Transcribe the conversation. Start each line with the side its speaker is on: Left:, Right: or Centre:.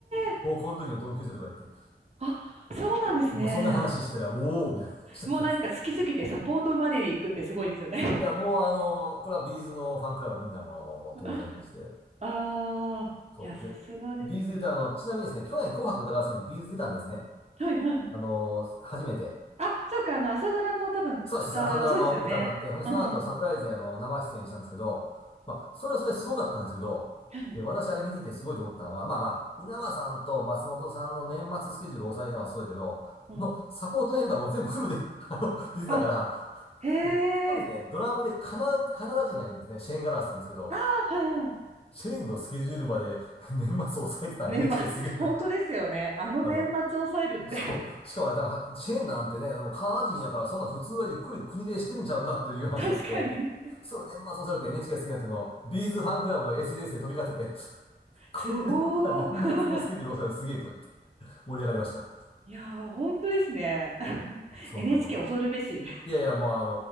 Right: ー、
Left: 高校の時の同級生とか言って、
Right: あ、そうなんですね。
Left: まあ、そんな話してたら、おーみたいな話したんです。
Right: もうなんか好きすぎてサポートまでに行くってすごいですよね。
Left: いや、もうあのー、これはビーズのファンクラブはみんなもうあの、
Right: <laughs>
Left: 当然でして、
Right: ああ、
Left: そう。
Right: いや、さすがですね。
Left: で、ビーズ言うとあの、ちなみにですね、去年紅白歌合戦にビーズ出たんですね。
Right: はいはいはい。
Left: あのー、初めて。
Right: あ、そうか、あの、朝ドラの多分歌、
Left: そうです。朝ドラの歌歌って、
Right: そうですよね。
Left: ほんでその後サプライズであの、
Right: うんうんうん。
Left: 生出演したんですけど、まあ、それはそれですごかったんですけど、
Right: はい。
Left: で、私あれ見ててすごいと思ったのは、まあまあ、稲葉さんと松本さんの年末スケジュールを抑えたのはすごいけど、
Right: うん。
Left: あの、サポートメンバーも全部フルで <laughs> あの、出てたから、
Right: あ、へ
Left: で、一人ね、
Right: え。
Left: ドラムでカナ、カナダ人がいるんですね。シェーン・ガラスって言うんですけど、
Right: ああ、はい
Left: シェーンのスケジュールまで年末押抑えてた
Right: 年末、
Left: NHK すげえなと。
Right: 本当ですよね。あの年末抑えるって
Left: あの、そう。しかもあれ多分チェーンなんてね、もうカナダ人やからそんな普通はゆっくり国でしてるんちゃうかという話になって、
Right: <laughs> 確かに。
Left: それ年末をされて NHK が好きになっていうのを、ビーズファンクラブの SNS で飛び交ってて、このメンバー年末のスケジュールをされるすげえとか言って
Right: すごー。
Left: 盛り上がりました。
Right: いやー、本当ですね。<laughs>
Left: そんなことで。
Right: NHK 恐るべし。
Left: いやいや、もうあ